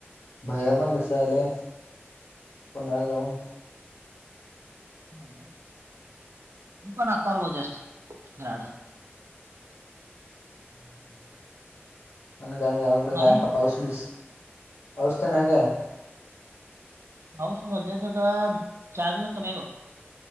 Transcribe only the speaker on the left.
भैया पण दिसालय
पुण्याला जाऊन.
<inaudible> पण काय गावाकडे काय
पाऊस बीस पाऊस तर नाही काय.